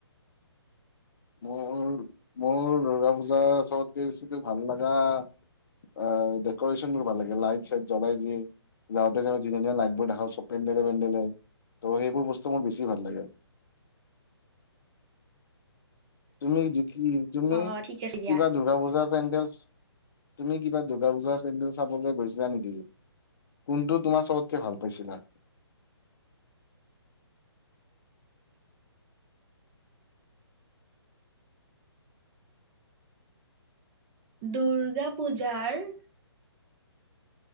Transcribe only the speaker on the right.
অ' ঠিক আছে দিয়া।
দুৰ্গা পূজাৰ